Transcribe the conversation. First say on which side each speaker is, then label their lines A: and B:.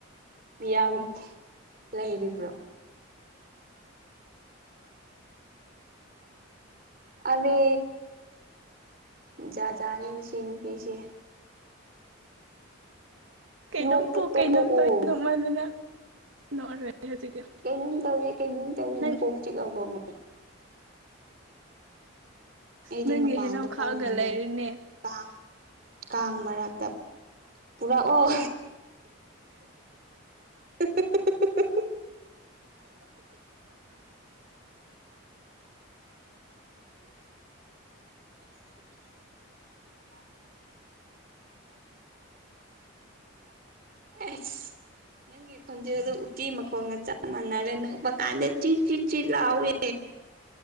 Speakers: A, on the right; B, on the right.
A: ꯃꯤꯌꯥꯝ ꯂꯩꯔꯤꯕ꯭ꯔꯣ ꯑꯗ ꯖꯥꯖꯥꯠꯅꯦ ꯃꯁꯤ ꯅꯨꯄꯤꯁꯦ
B: ꯀꯩꯅꯝ
A: ꯅꯣꯛꯄ
B: ꯄꯣꯛ
A: ꯇꯣꯛꯎ
B: ꯀꯩꯅꯝ ꯇꯧ ꯅꯣꯛꯃꯟꯕꯅ ꯅꯣꯛꯑꯔꯣꯏꯦ ꯍꯧꯖꯤꯛꯇꯤ
A: ꯀꯩꯅꯣꯝ ꯇꯧꯏꯤ ꯀꯩꯅꯣꯝ ꯇꯧꯏꯤꯅ
B: ꯅꯪ
A: ꯀꯣꯛ ꯆꯤꯛꯂꯕꯣ ꯑꯃꯣ ꯑꯩꯗꯤ
B: ꯅꯪꯒꯤ
A: ꯃꯄꯥꯟꯗ
B: ꯍꯦꯅꯥꯎ ꯈꯥꯛꯑꯒ
A: ꯐꯝꯃꯤꯅꯦ
B: ꯂꯩꯔꯤꯅꯦ
A: ꯀꯥꯡ ꯀꯥꯡ ꯃꯔꯛꯇ ꯄꯨꯔꯛ ꯑꯣ <inaudible> ꯑꯩꯁ ꯅꯪꯒꯤ ꯈꯣꯟꯖꯦꯜꯗ ꯎꯇꯤ ꯃꯈꯣꯡꯒ ꯆꯞ ꯃꯥꯟꯅꯔꯦ ꯅꯣꯛꯄ ꯀꯥꯟꯗ ꯆꯤ ꯆꯤ ꯆꯤ ꯂꯥꯎꯋꯦ